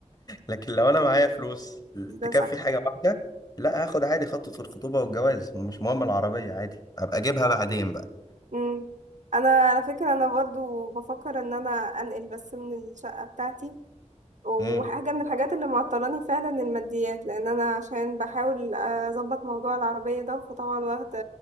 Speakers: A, on the left; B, on the right.
A: لكن لو انا معايا فلوس
B: ده
A: تكفي
B: صح
A: حاجه واحده لا هاخد عادي خطوه الخطوبه والجواز ومش مهم العربيه عادي ابقى اجيبها بعدين بقى
B: مم. انا على فكره انا برضو بفكر ان انا انقل بس من الشقه بتاعتي وحاجه
A: امم
B: من الحاجات اللي معطلاني فعلا الماديات لان انا عشان بحاول اظبط موضوع العربيه ده فطبعا واخده